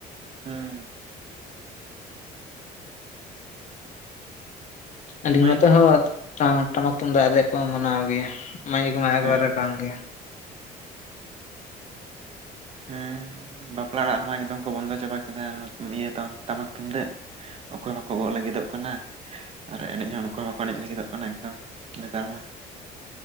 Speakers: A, on the right; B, on the left.
A: ᱦᱮᱸ
B: ᱟᱹᱞᱤᱧ
A: ᱢᱟᱭᱤᱠ
B: ᱱᱚᱛᱮ
A: ᱠᱚ
B: ᱦᱚᱸ ᱴᱟᱢᱟᱠ ᱛᱩᱢᱫᱟᱜ ᱨᱮ ᱠᱚ ᱢᱟᱱᱟᱣ ᱜᱮᱭᱟ, ᱢᱟᱭᱤᱠ ᱢᱟ ᱮᱠᱵᱟᱨᱮ
A: ᱦᱮᱸ
B: ᱵᱟᱝ ᱜᱮᱭᱟ᱾
A: ᱦᱮᱸ ᱵᱟᱯᱞᱟ ᱚᱲᱟᱜ ᱨᱮᱢᱟ ᱮᱠᱫᱚᱢ ᱠᱚ ᱵᱚᱱᱫᱚ ᱪᱟᱵᱟ ᱠᱮᱫᱟ ᱤᱭᱟᱹ ᱴᱟᱢᱟᱠ ᱛᱩᱢᱫᱟᱹᱜ ᱚᱠᱚᱭ ᱵᱟᱠᱚ ᱜᱚᱜ ᱞᱟᱹᱜᱤᱫᱚᱜ ᱠᱟᱱᱟ ᱟᱨ ᱮᱱᱮᱡ ᱦᱚᱸ ᱱᱚᱝᱠᱟ ᱢᱟᱠᱚ ᱮᱱᱮᱡ ᱞᱟᱹᱜᱤᱫᱚᱜ ᱠᱟᱱᱟ ᱮᱠᱫᱚᱢ ᱱᱮᱛᱟᱨ ᱢᱟ᱾